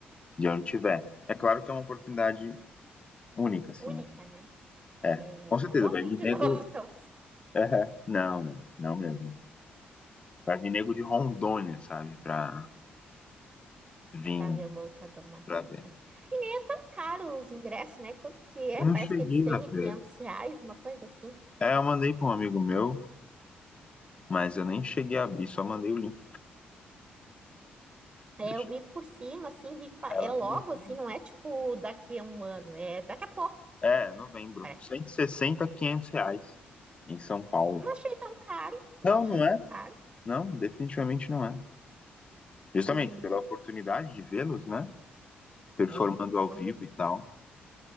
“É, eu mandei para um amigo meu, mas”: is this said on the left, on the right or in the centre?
Left